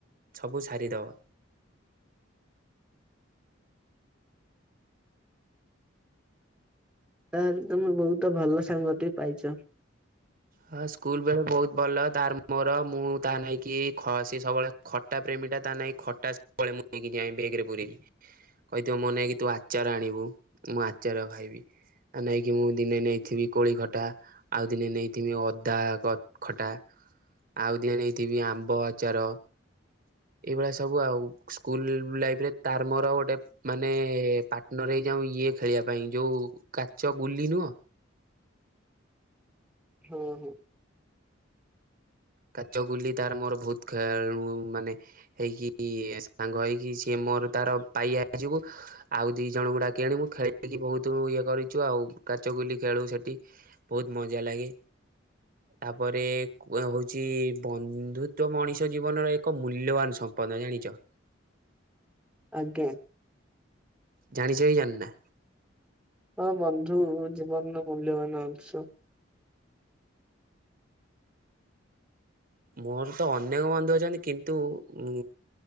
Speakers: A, on the right; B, in the centre.
A: ସବୁ ସାରିଦବ।
B: ତାହେଲେ ତମେ ବହୁତ ଭଲ ସାଙ୍ଗଟି ପାଇଛ।
A: ହଁ ସ୍କୁଲ ବେଳେ ବହୁତ ଭଲ, ତାର ମୋର ମୁଁ ତାହା ନହିଁ କି ସ ସବୁବେଳେ ଖଟା ପ୍ରେମ ମୁଁ ପା ତା ନାକି ଖଟାକୋଳି ମୁଁ ନେଇକି ଯାଏ ବେଗେରେ ପୁରେଇକି। କହିଥିବ ମୋ ନାକି ତୁ ଆଚାର ଆଣିବୁ। ମୁଁ ଆଚାର ଖାଇବି? ଆ ନେଇକି ମୁଁ ଦିନେ ନେଇଥିନି କୋଳି ଖଟା। ଆଉ ଦିନେ ନେଇ ଦିନେ ଅଦା ଗ ଖଟା ଆଉ ଦିନ ନେଇଥିବି ଆମ୍ବ ଆଚାର। ଏଇଭଳିଆ ସବୁ ଆଉ ସ୍କୁଲ ଲୁ ଲାଇରେ ତାର ମୋର ଗୋଟେ ମାନେ ପାଟନର ହେ ଯାଉ ଇଏ ଖେଳିବା ପାଇଁ ଯୋଉ କାଚ ଗୁଲି ନୁହଁ।
B: ହଁ ହଁ।
A: କାଚ ଗୁଲି ତାର ମୋର ବହୁତ ଖେଳୁ ମାନେ ହେଇକି ସାଙ୍ଗ ହେଇକି। ସିଏ ମୋର ତାର ପାଇଆ ହେଇଯିବୁ। ଆଉ ଦି ଜଣଙ୍କୁ ଡାକି ଆଣିମୁ ଖେଳିକି ବହୁତ ଇଏ କରିଛୁ ଆଉ। କାଚଗୁଲି ଖେଳୁ ସେଠି ବହୁତ ମଜା ଲାଗେ। ତାପରେ କୁ ହଉ ଚି ବନ୍ଧୁତ୍ୱ ମଣିଷ ଜୀବନର ଏକ ମୂଲ୍ୟବାନ ସମ୍ପଦ ଜାଣିଚ?
B: ଆଜ୍ଞା।
A: ଜାଣିଛ ବି ଜାଣିନା।
B: ହଁ ବନ୍ଧୁ ଜୀବନର ମୂଲ୍ୟବାନ ଅଂଶ।
A: ମୋର ତ ଅନେକ ବନ୍ଧୁ ଅଛନ୍ତି। କିନ୍ତୁ ଉଁ